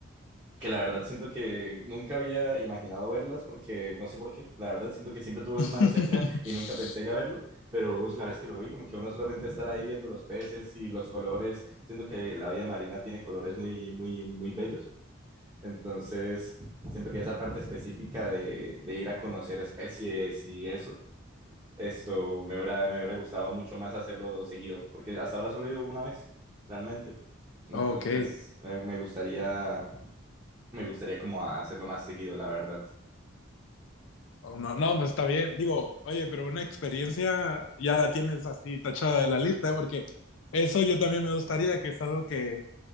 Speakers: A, on the right (about 15°); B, on the left (about 60°).
A: que la verdad siento que nunca había imaginado verlas porque no sé por qué, la verdad siento que siempre tuve
B: <laughs>
A: un mar cerca y nunca pensé ir a verlo, pero ush, la vez que lo vi como que uno solamente estar ahí viendo los peces y los colores, siento que la vida marina tiene colores muy, muy, muy bellos. Entonces, siento que esa parte específica de, de ir a conocer especies y eso esto me hubiera, me hubiera gustado mucho más hacerlo seguido, porque hasta ahora solo he ido una vez, realmente. Entonces,
B: Ok.
A: me, me gustaría, me gustaría como hacerlo más seguido, la verdad.
B: Oh, no, no, pues está bien. Digo, oye, pero una experiencia ya la tienes así tachada de la lista, ¿eh? porque eso yo también me gustaría, que es algo que